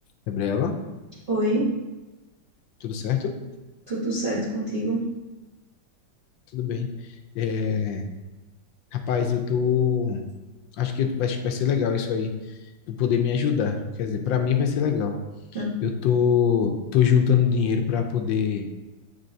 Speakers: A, on the left (about 70°); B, on the right (about 30°).
A: Gabriela,
B: Oi,
A: tudo certo?
B: tudo certo contigo?
A: Tudo bem. É, rapaz, eu tô. Acho que vai, vai ser legal isso aí. Tu poder me ajudar. Quer dizer, pra mim vai ser legal.
B: Hum,
A: Eu tô, tô juntando dinheiro pra poder